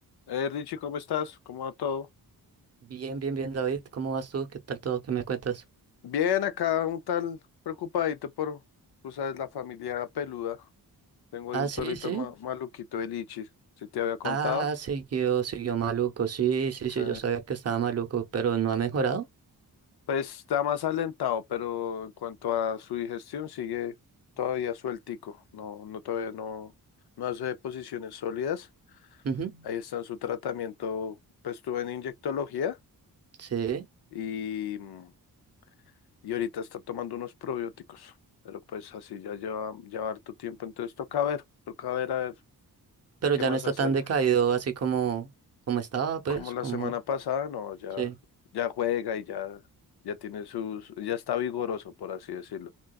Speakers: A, on the left; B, on the right.
A: Eh, Richie, ¿cómo estás? ¿Cómo va todo?
B: Bien, bien, bien, David. ¿Cómo vas tú? ¿Qué tal todo? ¿Qué me cuentas?
A: Bien, acá un tal preocupadito por, tú sabes, la familia peluda. Tengo
B: Ah,
A: ahí un
B: sí,
A: perrito
B: sí.
A: ma- maluquito el Lichi, si te había contado.
B: Ah, siguió, siguió maluco. Sí, sí,
A: Sí.
B: sí, yo sabía que estaba maluco, pero no ha mejorado.
A: Pues está más alentado, pero en cuanto a su digestión sigue todavía sueltico. No, no todavía no, no hace posiciones sólidas.
B: Ujú,
A: Ahí está en su tratamiento. Pues estuve en inyectología
B: Sí,
A: y mm, y ahorita está tomando unos probióticos, pero pues así ya lleva, lleva harto tiempo, entonces toca ver, toca ver a ver
B: pero
A: qué
B: ya
A: más
B: no está
A: hacer.
B: tan decaído así como, como estaba, pues,
A: Como la
B: como...
A: semana pasada, no, ya,
B: Sí.
A: ya juega y ya, ya tiene sus, ya está vigoroso, por así decirlo.